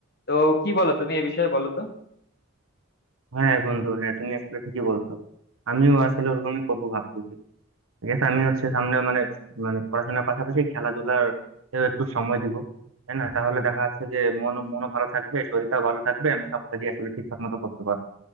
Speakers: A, on the left; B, on the right.
A: তো কি বলো তুমি এ বিষয়ে বলো তো
B: হ্যাঁ বন্ধু হ্যাঁ তুমি আসলে ঠিকই বলছো আমিও আসলে ওরকমই করবো ভাবতেছি ঠিক আছে আমি হচ্ছে সামনে মানে মানে পড়াশোনার পাশাপাশি খেলাধুলার একটু সময় দিব তাই না তাহলে দেখা যাচ্ছে যে মন মনও ভালো থাকবে শরীরটাও ভালো থাকবে আমি সব কাজই আসলে ঠিকঠাক মতো করতে পারবো